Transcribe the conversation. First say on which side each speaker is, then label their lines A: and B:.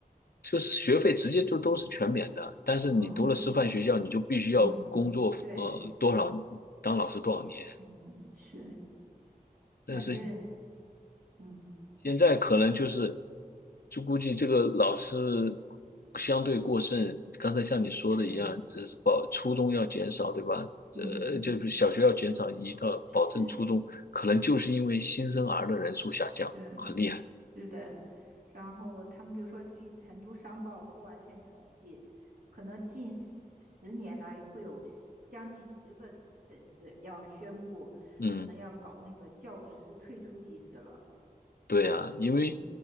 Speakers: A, on the left (about 80°); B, on the right (about 75°).
A: 就是学费直接就都是全免的。
B: 是，
A: 但是你读了师范学校，
B: 哦，
A: 你就必须要工作，
B: 嗯，对，
A: 呃，多少当老师多少年。
B: 嗯，是，
A: 但是
B: 反正嗯，
A: 现在可能就是，就估计这个老师相对过剩，刚才像你说的一样，
B: 对，
A: 这是保初中要减少，对吧？
B: 嗯，
A: 呃，就是小学要减少，移到保证初中，
B: 是
A: 可能就是因为新生儿的人数下降，
B: 是
A: 很厉害。
B: 是的，然后他们就说，据成都商报不完全统计，可能近十十年呢，会有将近十个省市要宣布，
A: 嗯。
B: 可能要搞那个教师退出机制了。
A: 对啊，因为
B: 嗯